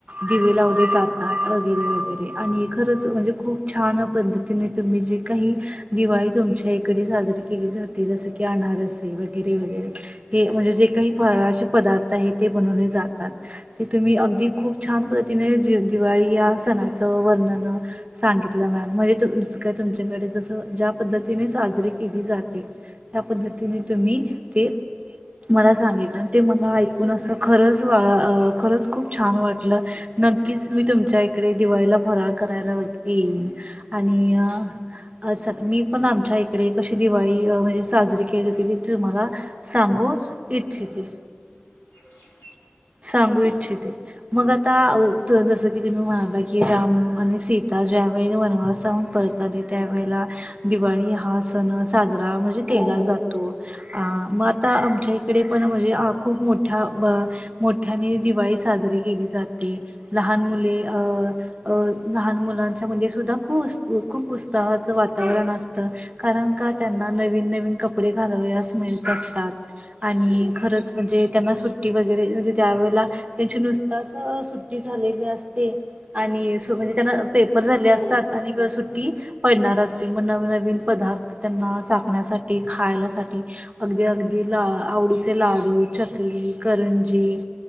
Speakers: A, on the right (about 30°); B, on the left (about 80°).
A: दिवे लावले जातात वगैरे वगैरे आणि खरंच म्हणजे खूप छान पद्धतीने तुम्ही जे काही दिवाळी तुमच्या इकडे साजरी केली जाते. ते जसं की आनारसी वगैरे-वगैरे. हे म्हणजे जे काही फळाचे पदार्थ आहे ते बनवले जातात, ते तुम्ही अगदी खूप छान पद्धतीने दिवाळी
B: हो
A: या सणाचं वर्णन सांगितलं मॅम म्हणजे जसं काय तुमच्याकडे. जसं ज्या. पद्धतीने साजरी केली जाते. त्या पद्धतीने तुम्ही. ते. मला सांगितलं ते मला ऐकून असं खरंच खरंच खूप. छान वाटलं. नक्कीच मी तुमच्या इकडे दिवाळीला. फराळ करायला वगैरे येईन. आणि अचाक. पण आमच्या इकडे कशी दिवाळी, म्हणजे साजरी केली जाते ते तुम्हाला सांगू इच्छिते.
B: <unintelligible>
A: सांगू इच्छिते मग आता जसं. गेली मि महागाई. की राम आणि सीता. ज्या वेळे वनवासातून‌ परताली त्यावेेळेला दिवाळी हा सण साजरा. म्हणजे
B: हो
A: केला जातो. अ मग आता आमच्या इकडे पण म्हणजे खूप मोठा. मोठ्याने दिवाळी साजरी केली जाते. लहान मुले अं. लहान मुलांच्यामध्ये सुुद्धा खू उस खूप उत्साहाचं वातावरण असतं कारण का त्यांना नवीन-नवीन कपडे घालावयलास मिळत असतात. आणि खरंच म्हणजे. त्यांना सुट्टी वगैरे म्हणजे. ज्यावेळेला त्यांचे नुस. आताच सुट्टी झालेली असते आणि सो म्हणजे त्यांना पेपर झाले असतात आणि सुट -टी पडणार असते. मग नवी नवीन पदार्थ त्यांना चाकण्यासाठी खायलासाठी अगदी अगदी ला आवडीचे लाडू चकली करंजी.